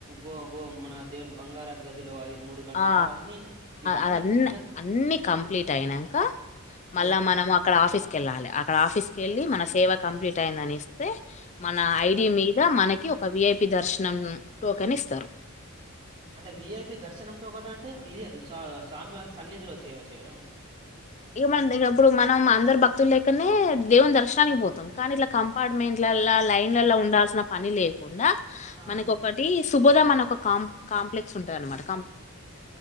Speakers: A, on the right; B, on the left.
A: గో గో మన దేవుని బంగారపు గదిలో అది మూడు గంటలు
B: ఆ
A: అవన్నీ ఇవన్నీ
B: అదన్ని
A: అయిన త-
B: అన్ని కంప్లీట్ అయినంక మళ్ళ
A: ఆ,
B: మనము అక్కడ ఆఫీస్ కేళ్ళాలే అక్కడ ఆఫీస్ కేళ్ళి మన సేవ కంప్లీట్ అయిందనిస్తే మన ఐడి మీద మనకి ఒక విఐప్ పి దర్శనం టోకెన్ ఇస్తారు
A: అంటే విఐపి దర్శనం టోకటు అంటే ఇదే స స్వామివారి సన్నిధిలో సేవ చేయడం
B: ఇక మనం ఇప్పుడు మనం అందరు భక్తులు లేకనే దేవుని దర్శనానికి బోతాం కానీ ఇట్లా కంపార్ట్మెంట్లల్ల లైన్లలా ఉండాల్ ల్సిన పని లేదు కాకుండా
A: ఆహా,
B: మనకు ఒకటి సుభదం అని ఒక కాం కాంప్లెక్స్ ఉంటదాన్మాట కం